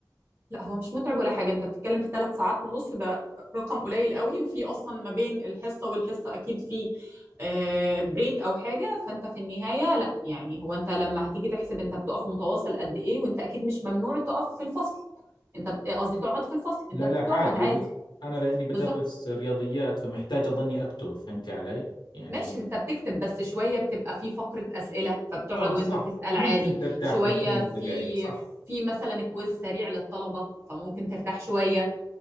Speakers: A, on the right; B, on the left.
A: لا هو مش متعب ولا حاجة انت بتتكلم في ثلاث ساعات ونص ده رقم قليل قوي وفي اصلا ما بين الحصة والحصة اكيد في آه، بريك او حاجة فانت في النهاية لا يعني هو انت لما هتيجي تحسب انت بتقف متواصل قد ايه وانت اكيد مش ممنوع تقف في الفصل انت بت- قصدي تقعد في الفصل
B: لا
A: انت بتقعد
B: لا عادي
A: عادي
B: بس انا لاني بدرس
A: بالظبط
B: رياضيات فمحتاج اظني اكتب فهمتي علي يعني
A: ماشي انت بتكتب بس شوية بتبقى في فقرة اسئلة فبتقعد
B: اه
A: وانت
B: صح
A: بتسأل
B: ممكن
A: عادي
B: ترتاح
A: شوية
B: لك خمس
A: في
B: دقائق صح
A: في مثلا كويز سريع للطلبة فممكن ترتاح شوية